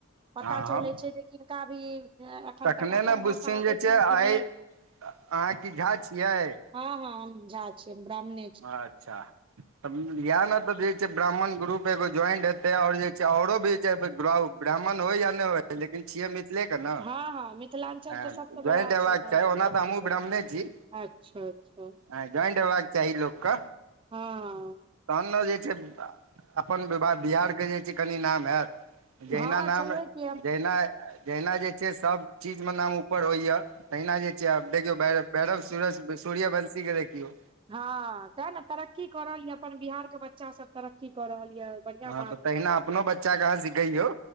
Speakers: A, on the right; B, on the right.
A: पता
B: हँ हँ
A: चलै छै जे किनका भी। हँ, एखन
B: तखने
A: तक अपन
B: ने बुझथिन
A: भाषा आबै
B: जे
A: छनि
B: छै आइ
A: कि नहि।
B: अहाँ की झा छियै
A: हँ हँ, हम झा छियै, ब्राह्मण।
B: अच्छा तऽ इहे ने तऽ जे छै ब्राह्मण ग्रुप एगो ज्वाइंट। आओर जे छै, औरो भी ब्राह्मण होय या नहि हो, लेकिन छियै मिथिले के ने।
A: हँ हँ मिथिलाञ्चल
B: हँ
A: तऽ सबसँ बड़ा
B: ज्वाइंट आबै
A: ने
B: के
A: अहाँके
B: छै, ओना तऽ हमहूँ ब्राह्मणे छी।
A: अच्छा अच्छा
B: ह ज्वाइंट हेबाक चाही लोकके।
A: हँ
B: तहन ने जे छै, अपन बिहारके जे छै कनि नाम हैत। जहिना
A: हँ
B: नाम,
A: छैहे कि
B: जहिना जहिना जे। से सभ चीजमे नाम ऊपर होइ छै, तहिना जे छै आब। देखिऔ भैरव सू सूर्यवंशीकेँ देखिऔ।
A: हँ, ते ने तरक्की कर रहल य अपन बिहारके बच्चा। बच्चा तरक्की कऽ रहल यऽ, बढ़िआँ
B: हँ
A: बात।
B: तऽ तहिना अपनो बच्चाके अहाँ सिखैयौ